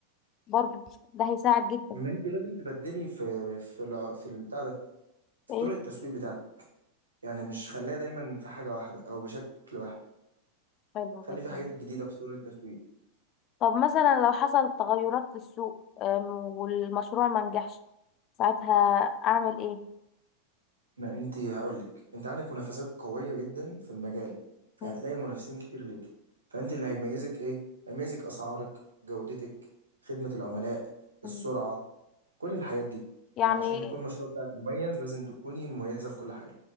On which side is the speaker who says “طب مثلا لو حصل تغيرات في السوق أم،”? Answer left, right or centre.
Left